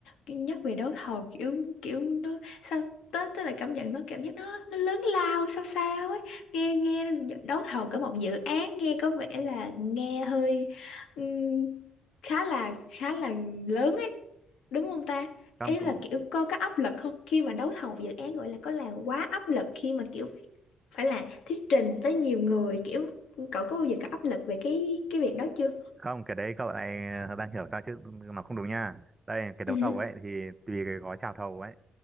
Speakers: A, on the left (about 90°); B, on the right (about 20°).
A: Cái- Nhắc về đấu thầu kiểu kiểu nó sao tới tới là cảm nhận nó cảm giác nó nó lớn lao sao sao ấy nghe nghe đấu thầu cả một dự án nghe có vẻ là nghe hơi ừm, khá là khá là lớn ấy đúng không ta
B: Không
A: ý
B: cũng
A: là kiểu có có áp lực không khi mà đấu thầu dự án gọi là có là quá áp lực khi mà kiểu phải là thuyết trình tới nhiều người kiểu cậu có bao giờ có áp lực về cái cái việc đó chưa
B: không cái đấy cậu lại ờ, đang hiểu sao chứ nó không đúng nha đây cái đấu
A: ừ
B: thầu ấy thì tùy cái gói chào thầu ấy